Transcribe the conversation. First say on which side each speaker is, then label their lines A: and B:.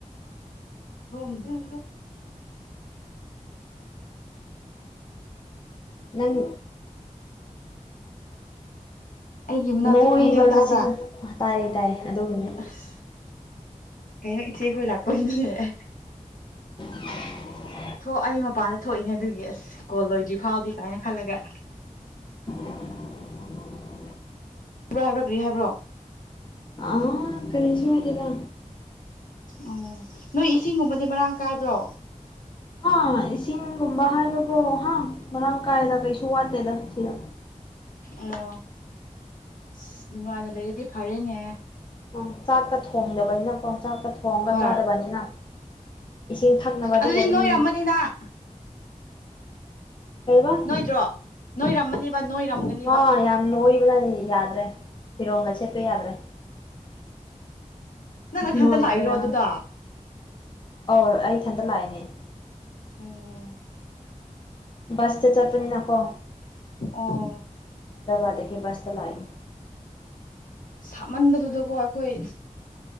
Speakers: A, on the left (about 80°); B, on the left (about 35°).
A: ꯔꯣꯝꯗꯂꯣ
B: ꯅꯪ
A: ꯑꯩꯒꯤ ꯃꯅꯥꯛꯇ
B: ꯅꯣꯏꯕꯒꯁꯤꯒ
A: ꯈꯣꯟꯖꯦꯜ ꯇꯥꯕ꯭ꯔꯥ
B: ꯇꯥꯏ ꯇꯥꯏ ꯑꯗꯨꯒꯅꯦ
A: ꯑꯁ ꯀꯩꯅꯣ ꯏꯆꯦ ꯑꯩꯈꯣꯏ ꯂꯥꯛꯄꯒꯤꯅꯤꯍ
B: <inaudible>
A: ꯊꯣꯛ ꯑꯩ ꯃꯄꯥꯟꯗ ꯊꯣꯛꯏꯅꯦ ꯑꯗꯨꯒꯤ ꯑꯁ ꯀꯣꯜ ꯂꯣꯏꯗ꯭ꯔꯤ ꯐꯥꯎꯗꯤ ꯀꯥꯏꯅ ꯈꯜꯂꯒ
B: <inaudible>
A: ꯍꯥꯏꯕ꯭ꯔꯥ ꯍꯥꯏꯕ꯭ꯔꯥ ꯀ꯭ꯔꯤ ꯍꯥꯏꯕ꯭ꯔꯣ
B: ꯑꯥ ꯀꯔꯤꯁꯠꯇꯦꯗ
A: ꯑꯣ ꯅꯣꯏ ꯏꯁꯤꯡꯒꯨꯝꯕꯗꯤ ꯃꯔꯥꯡ ꯀꯥꯏꯕ꯭ꯔꯣ
B: ꯑ ꯏꯁꯤꯡꯒꯨꯝꯕ ꯍꯥꯏꯕꯕꯨꯣ ꯍꯥ ꯃꯔꯥꯡ ꯀꯥꯏꯗ ꯀꯩꯁꯨ ꯋꯥꯠꯇꯦꯗ ꯁꯤꯗ
A: ꯑꯣ ꯑꯁ ꯅꯨꯡꯉꯥꯏꯅ ꯂꯩꯔꯗꯤ ꯐꯔꯦꯅꯦ
B: ꯎ ꯆꯥꯛꯀ ꯊꯣꯡꯗꯕꯅꯤꯅꯀꯣ ꯆꯥꯛꯀ ꯊꯣꯡꯉꯒ
A: ꯍꯣꯏ
B: ꯆꯥꯗꯕꯅꯤꯅ ꯏꯁꯤꯡ ꯊꯛꯅꯕꯗꯤ
A: ꯑꯗꯨꯗꯤ
B: ꯑꯗꯨꯝ
A: ꯅꯣꯏꯔꯝꯃꯅꯤ ꯅꯪ
B: ꯀꯩꯕ
A: ꯅꯣꯏꯗ꯭ꯔꯣ ꯅꯣꯏꯔꯝꯃꯅꯤꯕ ꯅꯣꯏꯔꯝꯒꯅꯤꯕ
B: ꯑꯥ ꯌꯥꯝ ꯅꯣꯏꯕꯅ ꯌꯥꯗ꯭ꯔꯦ ꯐꯤꯔꯣꯡꯒ ꯁꯦꯠꯄ ꯌꯥꯗ꯭ꯔꯦ
A: ꯅꯪ ꯅꯊꯟꯇ
B: ꯅꯣꯏꯕꯅ
A: ꯂꯥꯛꯏꯔꯣ ꯑꯗꯨꯗ
B: ꯅꯪ ꯑꯧ ꯑꯩ ꯏꯊꯟꯗ ꯂꯥꯛꯏꯅꯦ
A: ꯎꯝ
B: ꯕꯁꯇ ꯆꯠꯄꯅꯤ ꯅꯥꯀꯣ
A: ꯑꯣ
B: ꯗꯕꯥꯗꯗꯒꯤ ꯕꯁꯇ ꯂꯥꯛꯏꯅꯤ
A: ꯁꯥꯃꯟꯕꯗꯨꯗꯀꯣ ꯑꯩꯈꯣꯏ